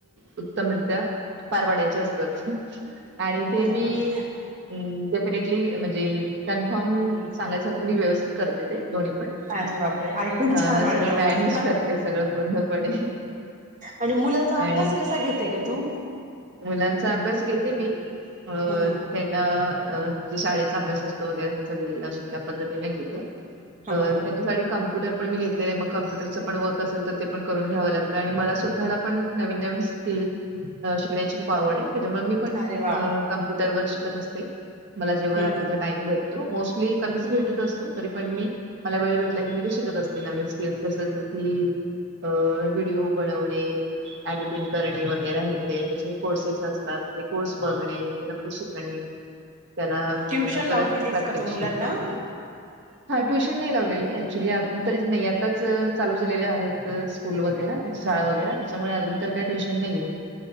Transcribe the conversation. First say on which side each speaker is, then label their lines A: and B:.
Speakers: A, on the right; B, on the right.
A: उत्तमरित्या पार पडायचे असतात आणि ते
B: अरे
A: मी,
B: बापरे
A: डेफिनेटली म्हणजे कन्फर्म सांगायचं तर मी व्यवस्थित करते ते दोन्ही
B: अरे बापरे ऐकून
A: हा
B: छान वाटलं
A: सगळं मॅनेज
B: मला
A: करते सगळं पूर्णपणे.
B: आणि मुलाचा
A: आणि
B: अभ्यास
A: <unintelligible>
B: कसा घेते ग तू
A: मुलांचा अभ्यास घेत, ते मी अ
B: हम्म हम्म
A: त्यांना, ज शाळेचा अभ्यास असतो वगैरे त्यांचा दिलेला असतो, त्या पद्धतीने घेते. त्यांच्यासाठी
B: हम्म हम्म
A: कम्प्युटर पण मी घेत, मग कम्प्युटरचं पण वर्क असेल तर ते पण करून घ्यावं लागतं, आणि मला स्वतःला पण नवी नवीनकसिकील शिकची खूप आवड त्याच्यामुळे मी पण
B: अरे वा
A: कमप्युटर व श असते मला जेव्हा
B: हम्म
A: रात्री
B: हम्म
A: चा टाइम भेटतो मोस्ट ली, कमीच भेटत असतो, तरी पण मी मला वेळ भेटला की मी ते शिकत असतो. नवी स्किल्स अस की अ व्हिडिओ बनवणे, एडिटिंग करणे वगैरे येते त्याचे कोर्सेस असतात, ते कोर्स बघणे त्याच्यामध्ये शिकणे. त्या
B: ट्युशन लावून
A: परत
B: दिलीस
A: प्रत्येशी,
B: का तू मुलांना?
A: <unintelligible> हा ट्युश नाही लावलेली ऍक्च्युली अजून तरी नाही, आताच चालू झालेले आहेत स्कूल वगैरे शाळा वगैर, त्याच्यामुळे अजून तर काही ट्युशन नाही आहे,